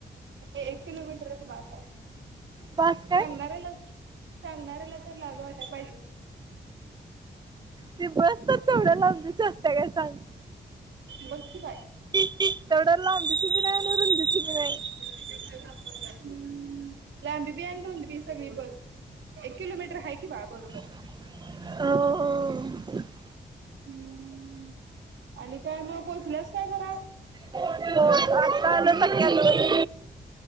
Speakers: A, on the right; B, on the right.
A: एक किलोमीटरच बास हाय.
B: बास काय
A: सांगणाऱ्याला सांगणाऱ्याला तर लाज वाटायला पाहिजे.
B: ते बस तर तेवडं लांबीची असत्या काय सांग.
A: बघ की बाई
B: तेवढ्या लांबीची बी नाही, आणि रुंदीची बी नाही.
A: हम्म लांबी बी आण, रुंदी बी सगळी बघ. एक किलोमीटर आहे की बाळ बरोबर.
B: हं, हो.
A: हम्म आणि काय मग पोहचल्यास काय घरात.
B: आत्ता आलोय तक्यात.